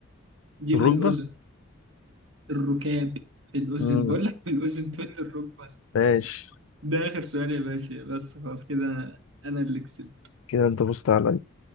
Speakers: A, on the right; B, on the left.
A: دي
B: الركبة
A: في الاذن الركاب في الاذن
B: مم.
A: بقول لك في الاذن تقول لي الركبة
B: ماشي
A: ده اخر سؤال يا باشا بس خلاص كده انا أنا اللي كسبت
B: كده أنت فزت عليا